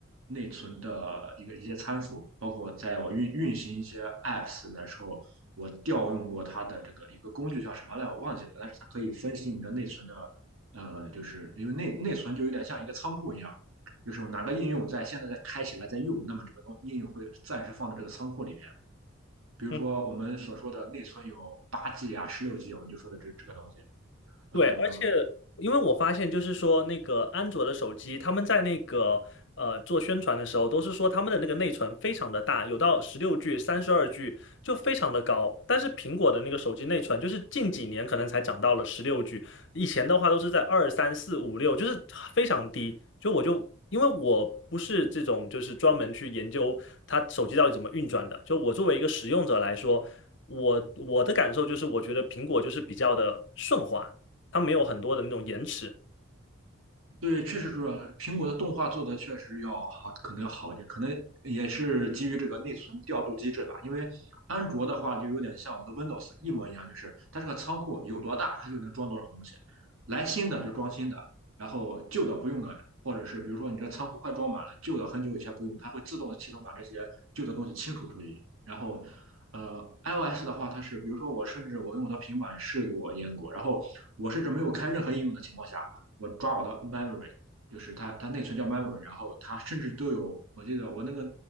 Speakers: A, on the right; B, on the left.
A: 内存的一个一些参数，包括在我运运行一些 apps 的时候，我调用过它的这个一个工具叫什么来，我忘记了，但是它可以分析你的内存的呃，就是因为内内存就有点像一个仓库一样，就是哪个应用在现在在开起来在用，那么这个东应用会暂时放在这个仓库里面。比如说我们所说的内存有八
B: 嗯。
A: G 啊、十六 G，我们就说的这这个东西。呃，
B: 对，而且因为我发现，就是说那个安卓的手机，他们在那个呃做宣传的时候，都是说他们的那个内存非常的大，有到十六 G、三十二 G，就非常的高。但是苹果的那个手机内存，就是近几年可能才涨到了十六 G，以前的话都是在二、三、四、五、六，就是非常低。就我就因为我不是这种就是专门去研究它手机到底怎么运转的，就我作为一个使用者来说。我我的感受就是，我觉得苹果就是比较的顺滑，它没有很多的那种延迟。
A: 对，确实是苹果的动画做的确实要好，可能要好一点，可能也是基于这个内存调度机制吧。因为安卓的话就有点像我们的 Windows 一模一样，就是它这个仓库有多大，它就能装多少东西，来新的就装新的，然后旧的不用的，或者是比如说你这个仓库快装满了，旧的很久以前不用，它会自动系统把这些旧的东西清除出去。然后，呃，iOS 的话，它是比如说我甚至我用我的平板试过阉割，然后我甚至没有开任何应用的情况下。我抓我的 memory，就是它它内存叫 memory，然后它甚至都有，我记得我那个